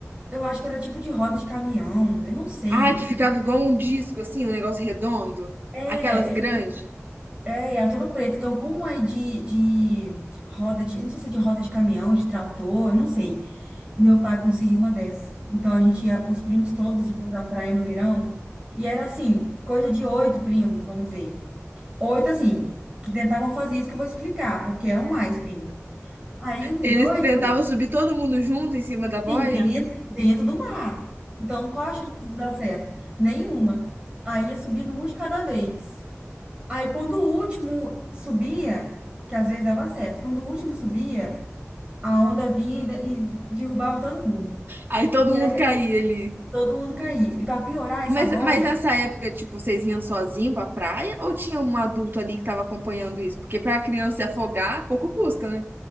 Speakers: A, on the right; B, on the right.
A: Eu acho que era tipo de roda de caminhão, eu não sei.
B: ai, que ficava igual um disco assim, um negócio redondo,
A: É,
B: aquelas grandes.
A: ele é, era todo preto. Então, como é de, de roda de. Não sei se é de roda de caminhão, de trator, eu não sei. Meu pai conseguiu uma dessa. Então, a gente ia, os primos todos iam pra praia no verão. E era assim, coisa de oito primos, vamos dizer. Oito, assim, que tentavam fazer isso que eu vou explicar, porque eram mais primos. Aí, os
B: Eles
A: oito.
B: tentavam subir todo mundo junto em cima da boia,
A: Sim, dentro, dentro do mar. Então, qual a chance disso dar certo? Nenhuma. Aí ia subindo um de cada vez. Aí, quando o último subia, que às vezes dava certo, quando o último subia, a onda vinha e de- e derrubava todo mundo.
B: aí todo
A: E
B: mundo
A: aí
B: caía ali.
A: todo mundo caía. E para piorar
B: E
A: essa
B: Mas,
A: boia,
B: mas nessa época, tipo, vocês iam sozinho pra praia ou tinha um adulto ali que tava acompanhando isso? Porque pra criança se afogar, pouco custa, né?